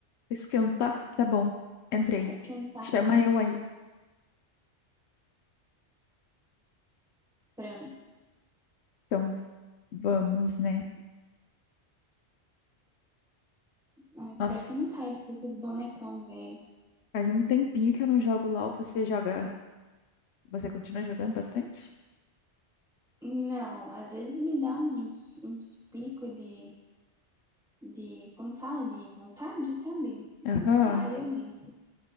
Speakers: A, on the left; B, in the centre.
A: Esquentar? Tá bom, entrei.
B: pra esquentar.
A: Chama eu aí.
B: Frango.
A: Então, vamos, né?
B: Ah, espero
A: Nossa,
B: que eu não caia desse bonecão, velho.
A: faz um tempinho que eu não jogo LoL. Você joga? Você continua jogando bastante?
B: Não, às vezes me dá uns, uns picos de, de, como fala, de vontade, sabe?
A: Aham.
B: Aí eu entro.